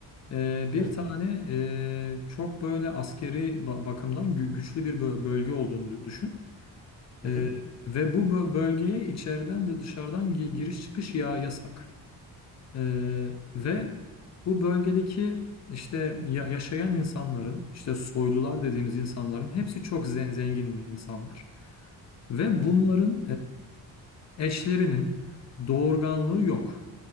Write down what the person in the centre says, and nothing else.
Evet.
Hı
hı.
Evet.